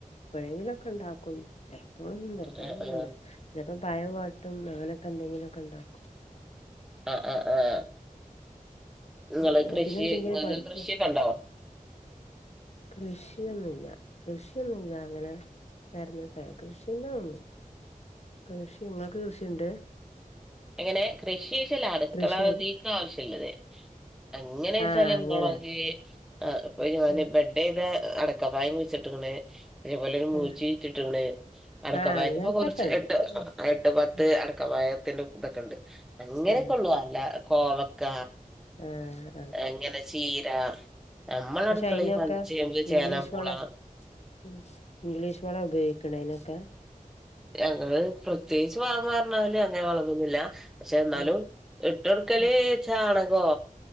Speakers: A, on the left; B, in the centre.
A: എപ്പഴെങ്കിലൊക്കെ ഇണ്ടാക്കും എപ്പളൊന്നും നിർബന്ധൊന്നുല്ല
B: ആഹ് ആഹ്
A: ചെൽപ്പം പയംവാട്ടും അങ്ങനൊക്കെ എന്തെങ്കിലൊക്കെ ഇണ്ടാക്കും
B: ആഹ് ആഹ് ആഹ് ഇങ്ങള്
A: പിന്നെ
B: കൃഷി
A: പിന്നെ എന്തെങ്കിലും
B: ഇങ്ങൾക്ക്
A: പഠിപ്പ്
B: കൃഷിയൊക്കെ ഉണ്ടോ?
A: കൃഷിയൊന്നുമില്ല കൃഷിയൊന്നുമില്ല അങ്ങനെ. വരുന്നത് കൃഷിയേണ്ടേ ഒന്നില്ല, കൃഷി ഇങ്ങൾക്ക് കൃഷിയുണ്ടെ.
B: എങ്ങനെ കൃഷിയിട്ടില്ല, അടുക്കളലേക്ക്
A: കൃഷി
B: ആവശ്യമുള്ളത്. അങ്ങനെ വെച്ചാലും
A: ആഹ് അങ്ങനെ
B: മുളകെ ആഹ് അപ്പൊ
A: ആഹ്
B: ബെഡ ഡ് ചെയ്തു അടക്കാ മരം കുഴിച്ചു ഇട്ടിട്ടുണ്ട്. അതേപോലെ ഒരു മൂച്ചി
A: ആഹ്
B: ഇട്ടിട്ടുണ്ട്, അതൊക്കെ
A: ആഹ്
B: വരുമ്പോ
A: അങ്ങനത്തൊക്കെണ്ട്
B: കൊറച്ച് എട്ട് ആഹ് എട്ട്. എട്ട് പത്ത്
A: ആഹ്
B: അടയ്ക്കാമരത്തിന്റെ ഇതൊക്കെ ഉണ്ട്, അങ്ങനെയൊക്കെ
A: ആഹ്
B: ഉള്ളൂ അല്ല കോവക്ക.
A: ആഹ്
B: അങ്ങനെ ചീര നമ്മടെ
A: പക്ഷെ
B: അടുക്കള
A: അയിനൊക്കെ
B: കണ്ട് ചേമ്പ് ചേനാ
A: ഇംഗ്ലീഷ്
B: പോളാം.
A: വളം ഉം ഇംഗ്ലീഷ് വളം ഉപയോഗിക്കണം അതിനൊക്കെ.
B: ഞങ്ങള് പ്രത്യേകിച്ച് വളയെന്ന് പറഞ്ഞാല് അങ്ങനെ വളം ഒന്നുമില്ല, പക്ഷെ എന്നാലും.
A: ഉം
B: ഇട്ട് കൊടുക്കല്
A: ഉം
B: ചാണകോ.